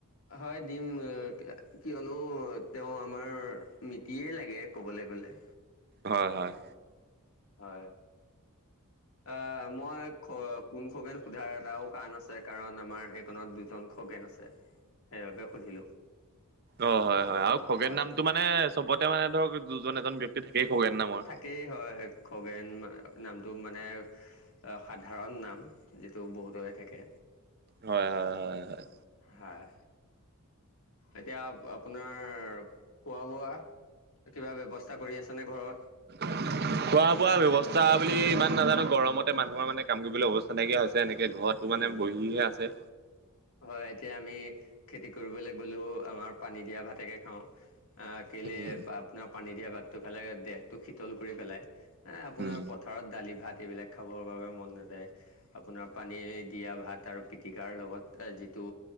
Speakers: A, on the left; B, on the right.
A: হয় দিম কিয়নো তেওঁ আমাৰ মিতিয়ে লাগে কবলৈ গলে
B: হয় হয়।
A: হয়। অ', মই খ কোন খগেন সোধাৰ এটাও কাৰণ আছে কাৰণ আমাৰ এইকনত দুজন খগেন আছে সেইবাবে সুধিলো
B: অ', হয় হয় আৰু খগেন
A: হয়।
B: নামটো মানে চবতে মানে ধৰক দুজন এজন ব্যক্তি থাকেই খগেন নামৰ
A: একেই হয় খগেন নামটো মানে সাধাৰণ নাম যিটো বহুতৰে থাকে
B: হয় হয় হয় হয়।
A: হয় এতিয়া আপোনাৰ খোৱা বোৱা কিবা ব্যৱস্থা কৰি আছেনে ঘৰত
B: <inaudible> খোৱা বোৱা ব্যৱস্থা বুলি ইমান নাজানো গৰমতে মানুহৰ মানে কাম কৰিবলৈ অৱস্থা নাইকিয়া হৈছে এনেকে ঘৰত তটো
A: উম
B: মানে বহিহে আছে
A: হয় এতিয়া আমি খেতি কৰিবলৈ গলেও আমাৰ পানী দিয়া ভাতেকে খাওঁ আহ কেলে
B: উম
A: আপোনাৰ পানী দিয়া বাতটো ফালে দেহটো শীতল কৰি পেলাই এ আপোনাৰ
B: উম
A: পথাৰত দালি ভাত এইবিলাক খাবৰ বাবে মন নাযায় আপোনাৰ পানী দিয়া ভাত আৰু পিটিকাৰ লগত যিটো